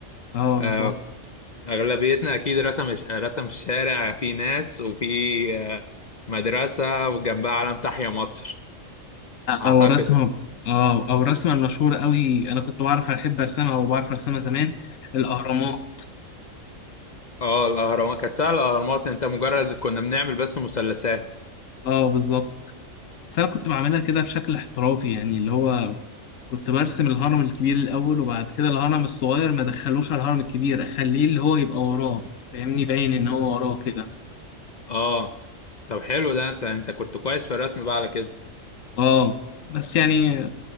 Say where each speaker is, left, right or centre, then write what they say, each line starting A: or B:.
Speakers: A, on the left; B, on the left.
A: اه
B: آه
A: بالظبط
B: اغلبيتنا اكيد رسم رسم الشارع في ناس وفي آه مدرسة وجنبها علم تحيا مصر اعتقد
A: او الرسمة
B: يعني
A: اه او الرسمة المشهورة قوي انا كنت بعرف احب ارسمها او بعرف ارسمها زمان الاهرامات
B: اه الاهرامات كانت سهلة الاهرامات انت مجرد كنا بنعمل بس مثلثات
A: اه بالظبط بس انا كنت بعملها كده بشكل احترافي يعني اللي هو كنت برسم الهرم الكبير الأول وبعد كده الهرم الصغير ما دخلوش على الهرم الكبير أخليه اللي هو يبقى وراه فاهمني باين إن هو وراه كده
B: اه طب حلو ده انت انت كنت كويس في الرسم بقى على كده
A: اه بس يعني